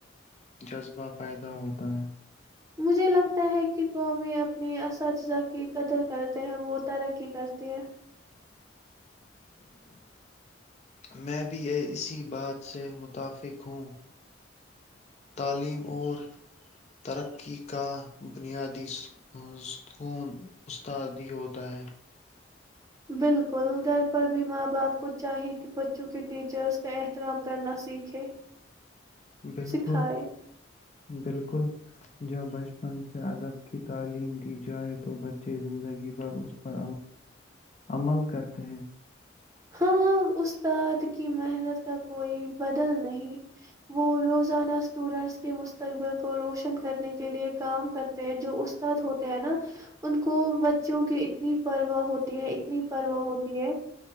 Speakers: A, on the left; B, on the right.
A: جذبہ پیدا ہوتا ہے
B: مجھے لگتا ہے کہ قومی اپنی اساتذہ کی قدر کرتے ہیں وہ ترقی کرتی ہے
A: میں بھی اسی بات سے متفق ہوں تعلیم اور ترقی کا بنیادی ستکون استادی ہوتا ہے
B: بالکل گھر پر بھی ماں باپ کو چاہیے کہ بچوں کے ٹیچرز کا احترام کرنا سیکھے
A: بالکل
B: سکھائے
A: بالکل جب بچپن سے ادب کی تعلیم دی جائے تو بچے زندگی بھر اس پر عمل کرتے ہیں
B: ہاں استاد کی محنت کا کوئی بدل نہیں وہ روزانہ اسٹوڈینٹس کے مستقبل کو روشن کرنے کے لیے کام کرتے ہیں جو استاد ہوتے ہیں نا ان کو بچوں کی اتنی پروا ہوتی ہے اتنی پروا ہوتی ہے